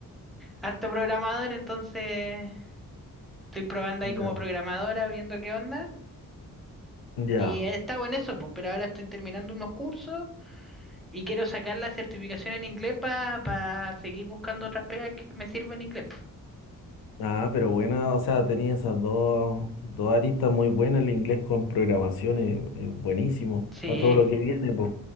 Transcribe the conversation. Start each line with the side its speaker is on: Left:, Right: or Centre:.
Centre: harto programador, entonces estoy probando
Left: ya,
Centre: ahí como programadora, viendo qué onda.
Left: ya.
Centre: Y he estado en eso, pues, pero ahora estoy terminando unos cursos y quiero sacar la certificación en inglés para seguir buscando otras pegas que me sirvan en inglés. po.
Left: Ah, pero buena, o sea, tenía esas dos, dos aristas muy buenas, el inglés con programación es, es buenísimo,
Centre: Sí,
Left: para todo lo que viene, pues.